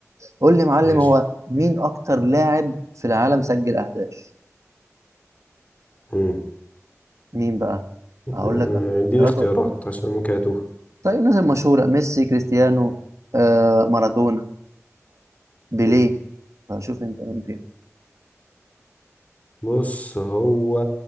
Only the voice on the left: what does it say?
ماشي
مم.
آه،
اديني
اختيارات
عشان ممكن أتوه
مم.
بص هو